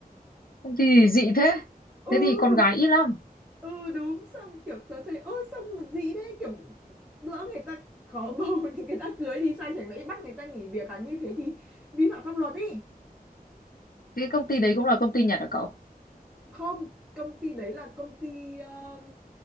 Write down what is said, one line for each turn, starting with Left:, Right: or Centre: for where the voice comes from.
Left: công ty thì dị thế
Centre: ừ
Left: thế thì con gái ít lắm
Centre: ừ đúng xong kiểu tớ thấy ơ xong mà gì đấy kiểu lỡ người ta có bầu <laughs> thì người ta cưới thì sao chẳng lẽ bắt người ta nghỉ việc à như thế thì vi phạm pháp luật ý
Left: cái công ty đấy cũng là công ty Nhật hả cậu
Centre: không công ty đấy là công ty um,